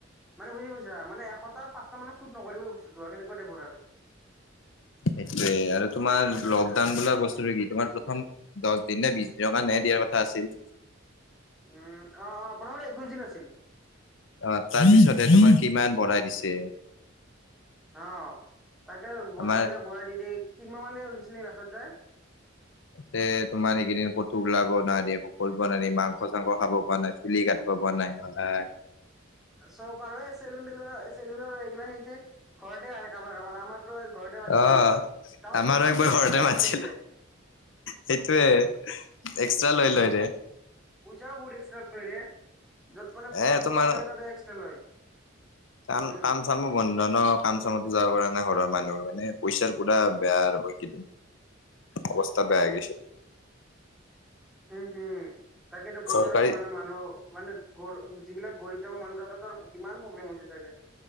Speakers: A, in the centre; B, on the left (about 65°).
A: মানে বুজি পাইছা মানে এশত- তাৰ পাঁচটা মানক শ্বুট নকৰিবই বস্তুটো আৰু সেনেকুৱা টাইপৰ আৰু।
B: সেইটোয়ে আৰু তোমাৰ লকডাউন বোলা বস্তুটো কি তোমাৰ প্ৰথম দহ দিন নে বিশ দিনৰ কাৰণে- দিয়াৰ কথা আছিল।
A: উম অ অ প্ৰথমতে একৈশ দিন আছিল।
B: অ তাৰ পিছতে তোমাক কিমান বঢ়াই দিছে।
A: অ তাকে বঢ়াই
B: আমাৰ
A: দিলাক বঢ়াই দি দিক তিনিমাহ মানে হৈছে লাষ্টত যায়
B: তাকে তোমাৰ সেইকেইদিন কতো ওলাব নাই দিয়া কক মাংস চাংস খাব পৰা নাই চুলি কাতি ব নাই হয়
A: চব পাৰে চেলুন তেলুন এ চেলুন এই গিলাছে হৈছে ঘৰতে আহে কাবাৰ কাবাৰ আমাৰ ঘৰতে মাতিছিল
B: অ'
A: ৰবা তাৰ
B: আমাৰো
A: পইচাও
B: একবাৰ
A: কিমান
B: ঘৰতে
A: এক্সট্ৰা চাৰ্জ
B: মাতিছিল
A: লৈছে
B: সেইটোয়ে এক্সট্ৰা লৈ লয় দে
A: পইচাও বহুত এক্সট্ৰা লয় ৰে য'ত মানে ক
B: এ
A: কিবা
B: তোমাৰ
A: হ'ব লাগে তাতে এক্সট্ৰা লয়
B: কাম
A: উম।
B: কাম চাম বন্ধ ন কাম চাম যাব পৰা নাই ঘৰৰ মানুহ মানে পইচাৰ পুৰা বেয়া আৰু এইকেইদিন অৱস্থা বেয়া হৈ গৈছে
A: উম হুম তাকেতো পইচা
B: চৰকাৰী
A: মানে মানুহ মানে ঘৰ যিবিলাক গৰিব তাইপৰ মানুহ তাতে তাৰ কিমান প্ৰব্লেম হৈছে চাগে